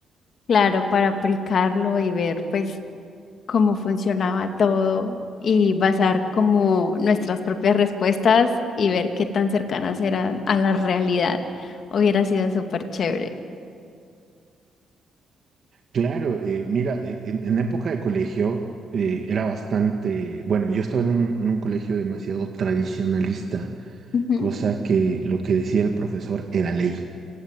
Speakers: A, on the left; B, on the right.
A: Claro, para aplicarlo y ver, pues. cómo funcionaba todo y basar como nuestras propias respuestas y ver qué tan cercanas eran a la realidad. Hubiera sido súper chévere.
B: Claro, eh, mira, eh, en, en época de colegio eh, era bastante, bueno, yo estaba en un, en un colegio demasiado tradicionalista,
A: Ujú.
B: cosa que lo que decía el profesor era ley,